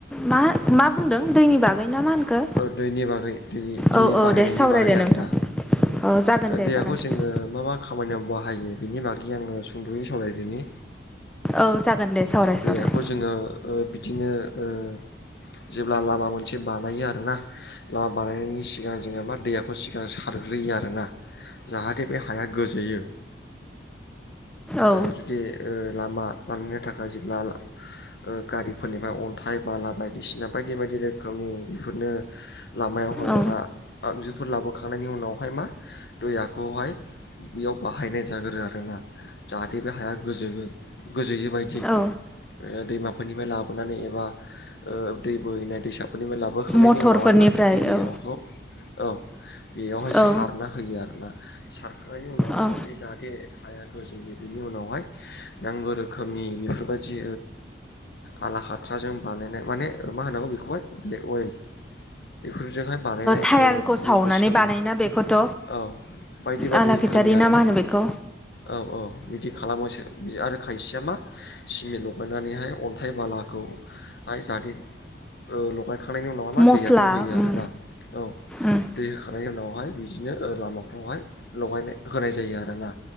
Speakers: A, in the centre; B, on the left (about 60°).
A: मा मा? बुंदों दैनि बागै ना मा होनखो
B: दैनि बागै दै दै
A: औ औ
B: बाहायनायनि
A: दे सावरायदो
B: बागै आरोना
A: नोंथां औ जागोन दे
B: देहाखौ
A: जागोन
B: जोङो
A: दे
B: मा मा खालामो खामानियाव बाहायो बिनि बागै आङो सुंद'यै सावरायदोनि
A: औ जागोन दे सावराय
B: दैयाखौ
A: सावराय
B: जोङो बिदिनो ओ जेब्ला लामा मोनसे बानायो आरोना लामा बानायनायनि सिगां जोङेबा दैयाखौ सिगां सारग्रोयो आरोना जाहाथे बे हाया गोजोयो
A: औ
B: ओ जुदि ओ लामा बानायनो थाखाय जेब्ला ओ गारिफोरनिफ्राय अन्थाइ बाला बायदिसिना बायदि बायदि रोखोमनि बेफोरनो लामायाव होजेरा
A: औ
B: आगजुफोर लाबोखांनायनि उनावहाय मा दैयाखौहाय बेयाव बाहायनाय जागोरो आरोना जाहाथे बे हाया गोजोयो। गोजोयो बायदि
A: औ
B: दैमाफोरनिफ्राय लाबोनानै एबा दै ओ बोहैनाय दैसा फोरनिफ्राय लाबोखांनायनि
A: मटरफोरनिफ्राय
B: उनावहाय मा बे दैयाखौ
A: औ
B: औ बेयावहाय
A: औ
B: सारना होयो आरोना सारखांनायनि उनावहाय
A: औ
B: मा बे जाथे हाया गोजो बेनि उनावहाय नांगौ रोखोमनि बेफोरबायदि आला हाथ्राजों बानायनाय माने मा होनांगौ बेखौहाय ब्लेक अइेल फोरजोंहाय बानायनाय
A: टायारखौ
B: ओ
A: सावनानै
B: गोसोम
A: बानायोना बेखौथ'
B: औ बायदि बायदि
A: आलाखिथारि
B: रोखोमनि आरो
A: ना मा होनो बेखौ
B: औ औ बिदि खालामोसो आरो खायसेया मा सिमेन्ट लगायनानैहाय अन्थाइ बालाखौहाय जाथे ओ लगाय होखांनायनि उनावहाय मा
A: मस्ला
B: दैयाखौ होयो आरो
A: उम
B: ना औ
A: उम
B: दै होखांनायनि उनावहाय बिदिनो लामाफ्रावहाय लगायनाय होखानाय जायो आरोना।